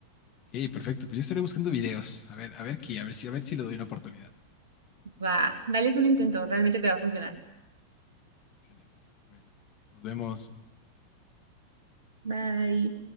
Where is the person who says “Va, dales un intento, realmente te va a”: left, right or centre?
Right